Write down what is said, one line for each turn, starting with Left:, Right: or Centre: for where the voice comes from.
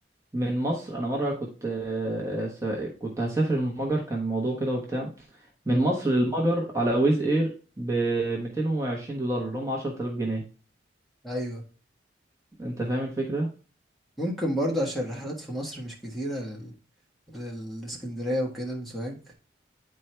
Right: من مصر انا مرة كنت آه، س- كنت هسافر المجر كان موضوع كده وبتاع من
Centre: مم.
Right: مصر للمجر على ويز اير ب 220 دولار اللي هم 10000 جنيه
Centre: ايوه
Right: انت فاهم الفكرة
Centre: ممكن برضو عشان الرحلات في مصر مش كتيره لل... للاسكندريه وكده من سوهاج